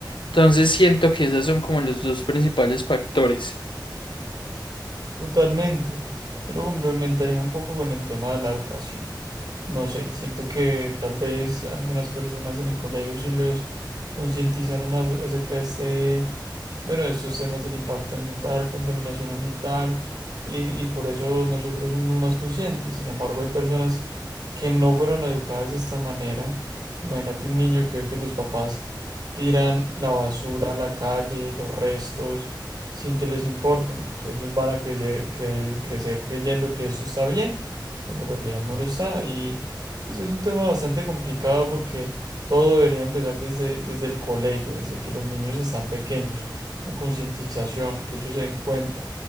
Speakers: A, on the left; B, on the right.
A: Entonces siento que esos son como los dos principales factores.
B: Totalmente. Yo lo complementaría un poco con el tema de la educación. No sé, siento que tal vez algunas personas en el colegio sí los concientizaron a- acerca de este, bueno, de estos temas del impacto ambiental, contaminación ambiental, y, y por eso nosotros somos más conscientes. Sin embargo, hay personas que no fueron educadas de esta manera. Imagínate un niño que ve que los papás tiran la basura a la calle, los restos, sin que les importen. Pues ellos van a creye- cre- crecer creyendo que eso está bien cuando en realidad no lo está. Y pues, es un tema bastante complicado porque todo debería empezar desde, desde el colegio, desde que los niños están pequeños, la concientización, que ellos se den cuenta.